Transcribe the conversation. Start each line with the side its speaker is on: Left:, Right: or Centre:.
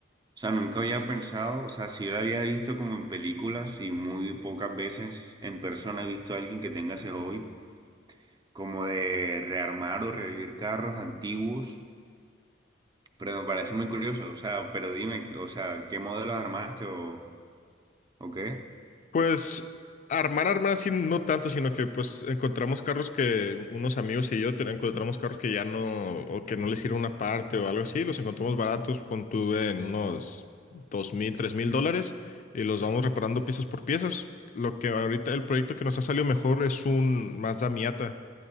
Right: O sea, nunca había pensado, o sea, sí lo había visto como en películas y muy pocas veces en persona he visto a alguien que tenga ese hobby, como de rearmar o revivir carros antiguos, pero me parece muy curioso, o sea, pero dime, o sea, ¿qué modelos armaste o, o qué?
Left: Pues armar, armar así no tanto, sino que pues encontramos carros que unos amigos y yo ten- encontramos carros que ya no, o que no les sirve una parte o algo así, los encontramos baratos, pon tú en unos dos mil, tres mil dólares y los vamos reparando piezas por piezas. Lo que ahorita el proyecto que nos ha salido mejor es un Mazda Miata,